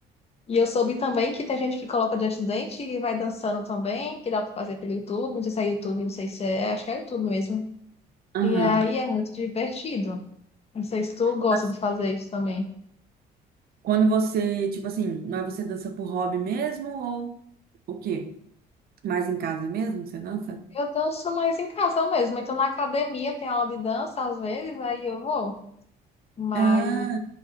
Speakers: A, on the left (about 35°); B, on the right (about 65°).
A: E eu soube também que tem gente que coloca diante do dente e vai dançando também, que dá pra fazer pelo YouTube. Não sei se é YouTube, não sei se é. Acho que é YouTube mesmo.
B: Aham.
A: E aí é muito divertido. Não sei se tu gosta
B: Mas
A: de fazer isso também.
B: quando você, tipo assim, não é você dança por hobby mesmo ou o quê? Mais em casa mesmo que você dança?
A: Eu danço mais em casa mesmo. Então, na academia tem aula de dança às vezes, aí eu vou. Mas,
B: Ah,